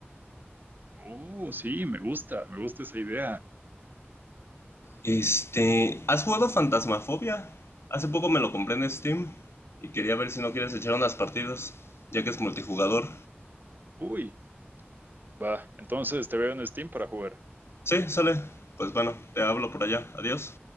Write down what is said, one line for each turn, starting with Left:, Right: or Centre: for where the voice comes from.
Right: Uh, sí, me gusta, me gusta esa idea.
Left: Este, ¿has jugado Fantasmafobia? Hace poco me lo compré en Steam y quería ver si no quieres echar unas partidas, ya que es multijugador.
Right: Uy, va, entonces te veo en Steam para jugar.
Left: Sí, sale. Pues bueno, te hablo por allá. Adiós.